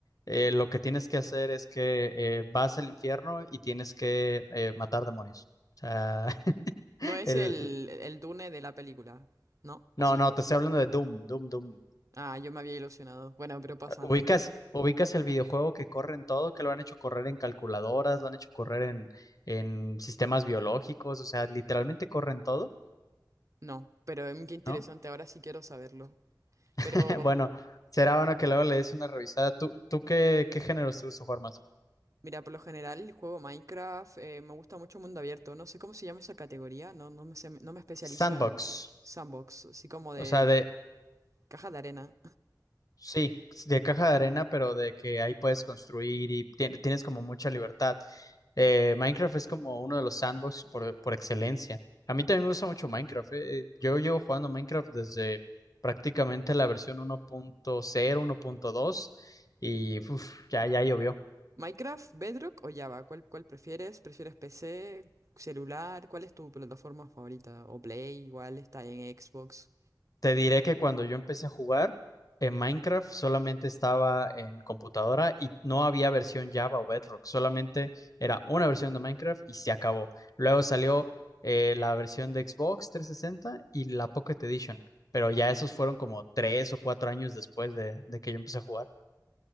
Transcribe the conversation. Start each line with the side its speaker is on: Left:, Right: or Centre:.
Left: eh, lo que tienes que hacer es que eh, vas al infierno y tienes que eh, matar demonios. O sea, <laughs>
Right: No es
Left: el,
Right: el, el Dune de la película, ¿no?
Left: No,
Right: ¿O sí?
Left: no, te estoy hablando de Doom, Doom, Doom.
Right: Ah, yo me había ilusionado. Bueno, pero pasa,
Left: Ubicas,
Right: ¿no?
Left: ubicas el videojuego que corre en todo, que lo han hecho correr en calculadoras, lo han hecho correr en, en sistemas biológicos, o sea, literalmente corren todo,
Right: No, pero em, qué interesante,
Left: ¿no?
Right: ahora sí quiero saberlo.
Left: <laughs>
Right: Pero
Left: Bueno, será bueno que luego le des una revisada. ¿Tú, tú qué, qué géneros te gusta jugar más?
Right: Mira, por lo general juego Minecraft, eh, me gusta mucho mundo abierto, no sé cómo se llama esa categoría, no, no me, sé- no me especializo
Left: Sandbox,
Right: en sandbox, así como de
Left: o sea, de
Right: caja de arena.
Left: Sí, de caja de arena, pero de que ahí puedes construir y tien- tienes como mucha libertad. Eh, Minecraft es como uno de los sandbox por, por excelencia. A mí también me gusta mucho Minecraft. eh, eh, Yo llevo jugando Minecraft desde prácticamente la versión 1.0, 1.2 y uf, ya, ya llovió.
Right: <laughs> Minecraft, Bedrock o Java, ¿cuál, cuál prefieres? ¿Prefieres PC, celular? ¿Cuál es tu plataforma favorita? ¿O Play? Igual está en Xbox.
Left: Te diré que cuando yo empecé a jugar en Minecraft solamente estaba en computadora y no había versión Java o Bedrock, solamente era una versión de Minecraft y se acabó. Luego salió eh, la versión de Xbox 360 y la Pocket Edition, pero ya esos fueron como tres o cuatro años después de, de que yo empecé a jugar.